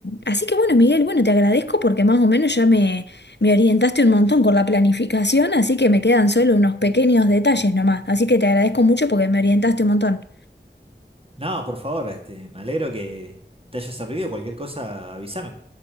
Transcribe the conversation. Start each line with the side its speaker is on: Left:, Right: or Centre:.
Left: así que bueno, Miguel, bueno, te agradezco porque más o menos ya me orientaste un montón con la planificación, así que me quedan solo unos pequeños detalles nomás. Así que te agradezco mucho porque me orientaste un montón.
Right: No, por favor, este, me alegro que te haya servido. Cualquier cosa, avísame.